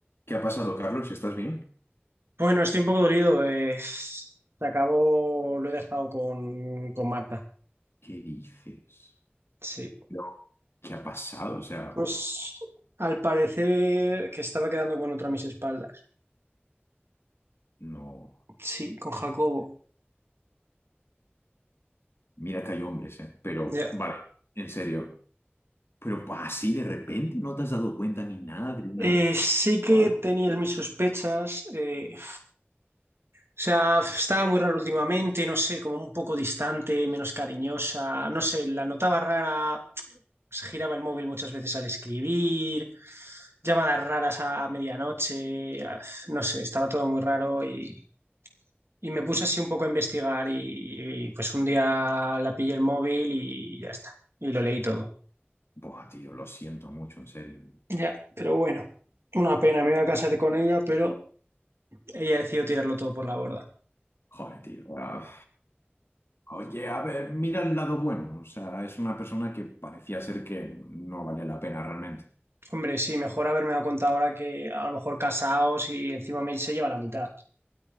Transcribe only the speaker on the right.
Bueno, estoy un poco dolido. eh, se acabó, lo he dejado con, con Marta.
Sí.
Pues al parecer que estaba quedando con otra a mis espaldas.
Sí, con Jacobo.
Ya.
Eh, sí que
tenías mis sospechas. eh, o sea, estaba muy rara últimamente, no sé, como un poco distante, menos cariñosa. No sé, la notaba rara. se Giraba el móvil muchas veces al escribir, llamadas raras a medianoche, ah, no sé, estaba todo muy raro y. Y me puse así un poco a investigar y, y, pues un día la pillé el móvil y ya está. Y lo leí todo.
Ya, pero bueno, una pena, me iba a casar con ella, pero ella decidió tirarlo todo por la borda.
Hombre, sí, mejor haberme dado cuenta ahora que a lo mejor casados y encima me se lleva la mitad.